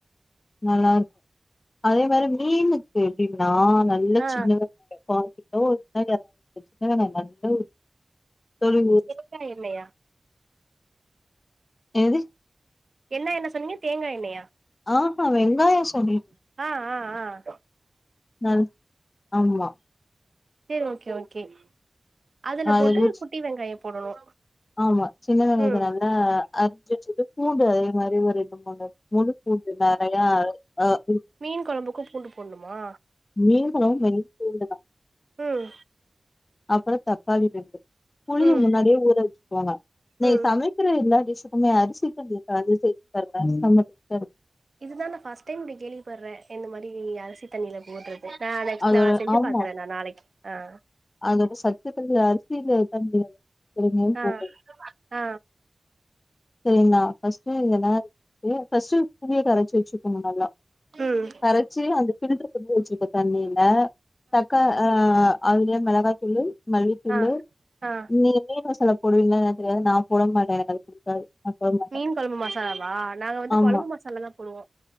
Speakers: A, on the left; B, on the right.
A: நல்லாருக்கு அதே மாரி மீனுக்கு எப்டினா நல்ல
B: ஆ
A: சின்ன வெங்காயோ பா உங்கிட்ட ஒரு சின்ன வெங்காய ஒரு சின்ன வெங்காய நல்லா உரி தொலிவு
B: தேங்கா இல்லையா
A: எது
B: என்ன எண்ணெய் சொன்னீங்கா தேங்கா எண்ணெய்யா
A: ஆ ஹா வெங்காயோ சொல்லிட்டு
B: அ அ அ
A: நல் ஆம்மா
B: செரி ஓகே ஓகே அதுல
A: அது
B: போட்டு குட்டி வெங்காய போடணு
A: ஆமா சின்ன வெங்காயத்த
B: ம்
A: நல்லா அரிஞ்சி வச்சுட்டு பூண்டு அதே மாரி ஒரு அம்மாங்க முழு பூண்டு நெறைய அ இரு
B: மீன் கொழம்புக்கு பூண்டு போடணுமா
A: மீன் கொழம்பு மெயின் பூண்டு தா
B: ம்
A: அப்றோ தக்காளி ரெண்டு புளிய
B: ம்
A: முன்னாடியே ஊற வச்சுக்கோங்க நீங்க
B: ம்
A: சமைப் அப்பற எல்லா டிஷுக்குமே அரிசி கழுவுற தண்ணிய சேத்து பாருங்களே செம டேஸ்ட்டாருக்கு
B: இதுதா நா ஃபஸ்ட்டு டைம் இப்டி கேள்விப்படுறே இந்த மாரி அரிசி தண்ணில போடுற நா நெக்ஸ்ட்
A: அதோட
B: நா செஞ்சு
A: ஆமா.
B: பாக்குறே நா நாளைக்கி ஆ
A: அதோட சத்துகள்ல அரிசில தா முடியாது வேற எங்கையு
B: ஆ
A: போகாது
B: ஆ
A: செரி நா ஃபஸ்ட்டு இதல்ல எடுத்துட்டு ஃபஸ்ட்டு புளியகரச்சு வச்சுக்கணு நல்லா
B: ம்
A: கரச்சு அந்த பில்டர் பண்ணி வச்சிருக்க தண்ணில தக்கா ஆ அதுல மெளகா தூளு மல்லித்தூளு
B: ஆ ஆ
A: நீ மீன் மசாலா போடுவிங்களா என்னனு தெரியாது நா போட மாட்டே எனக்கு அது புடிக்காது நா போட மாட்டே
B: மீன் கொழம்பு மசாலாவா நாங்க வந்து
A: ஆமா
B: கொழம்பு மசாலா தா போடுவோ